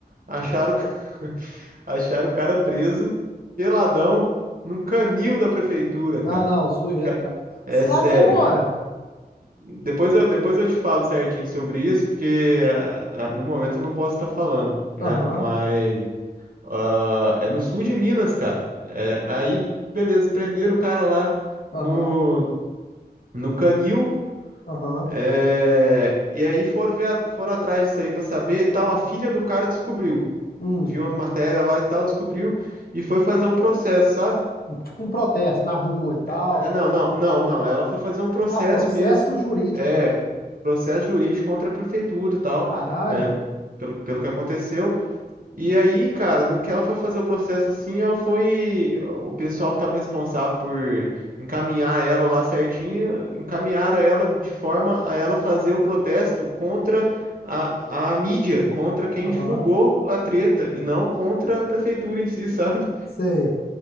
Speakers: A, on the right; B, on the left.
A: Acharam, o ca- <laughs> acharam o cara preso, peladão, num canil da prefeitura,
B: Não,
A: cara.
B: não, zoeira, cara.
A: É
B: Que cidade
A: sério,
B: você mora?
A: cara. Depois eu, depois eu te falo certinho sobre isso, porque ah, ah, no momento eu não posso estar falando, né?
B: Aham,
A: Mas ah, é no sul de Minas, cara. É, aí, beleza, prenderam o cara lá
B: aham,
A: no, no canil.
B: aham.
A: é, E aí foram ver, a- foram atrás disso aí pra saber, e tal. A filha do cara descobriu,
B: Hum,
A: viu uma matéria lá e tal, descobriu e foi fazer um processo, sabe?
B: um- tipo um protesto na rua e tal.
A: É, Não, não, não, não. Ela foi fazer um processo
B: Ah, processo
A: mesmo,
B: jurídico
A: é
B: mesmo.
A: processo jurídico contra a prefeitura, e tal,
B: Caralho,
A: é,
B: bicho.
A: pelo, pelo que aconteceu. E aí, cara, no que ela foi fazer o processo assim, ela foi. O pessoal que estava responsável por encaminhar ela lá certinho, encaminharam ela de forma a ela fazer o protesto contra a, a mídia, contra quem
B: Aham,
A: divulgou a treta, e não contra a prefeitura em si, <laughs> sabe?
B: sei.